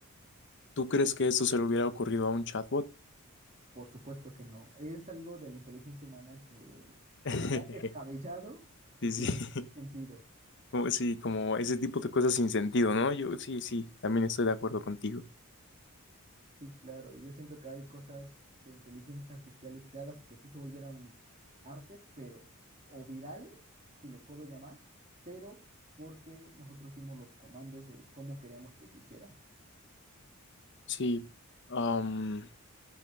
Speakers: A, on the left; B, on the right.
A: ¿tú crees que esto se le hubiera ocurrido a un chatbot?
B: Por supuesto que no. Es algo de la inteligencia humana que
A: <laughs>
B: es tan descabellado que
A: Sí,
B: tiene
A: sí,
B: sentido.
A: <laughs> como, sí, como ese tipo de cosas sin sentido, ¿no? Yo sí, sí, también estoy de acuerdo contigo.
B: Sí, claro. Yo siento que hay cosas de inteligencias artificiales creadas que sí se volvieron arte, pero, o virales, si lo puedo llamar, pero porque nosotros hicimos los comandos de cómo queríamos que se hicieran.
A: Sí, am,